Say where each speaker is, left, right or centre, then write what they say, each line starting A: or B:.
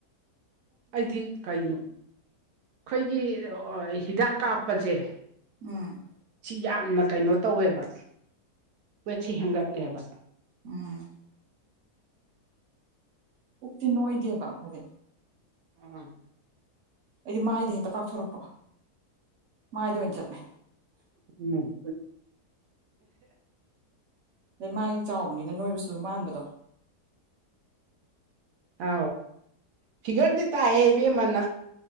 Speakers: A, on the right; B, on the right.
A: ꯑꯩꯗꯤ ꯀꯩꯅꯣ ꯑꯩꯈꯣꯏꯒꯤ ꯍꯤꯗꯥꯛ ꯀꯥꯞꯄꯁꯦ
B: ꯎꯝ
A: ꯁꯤ ꯌꯥꯝꯅ ꯀꯩꯅꯣ ꯇꯧꯋꯦꯕ ꯋꯦꯠꯁꯤ ꯍꯦꯟꯒꯠꯂꯦꯕ
B: ꯎꯝ ꯎꯛꯇꯤ ꯅꯣꯏꯗꯦꯕ ꯑꯩꯈꯣꯏꯗꯤ
A: ꯎꯝ
B: ꯑꯩꯗꯤ ꯃꯥꯏꯗ ꯍꯦꯛꯇ ꯄꯥꯛꯊꯣꯔꯛꯄ ꯃꯥꯏꯗ ꯑꯣꯏꯅ ꯆꯠꯂ
A: ꯎꯝ
B: ꯂꯩ ꯃꯥꯏ ꯆꯥꯎꯕꯅꯤꯅ ꯅꯣꯏꯔꯁꯨ ꯑꯗꯨ ꯃꯥꯟꯕꯗꯣ
A: ꯑ ꯁꯤꯤꯒꯔꯗꯤ ꯇꯥꯏꯑꯦ ꯏꯕ ꯃꯅ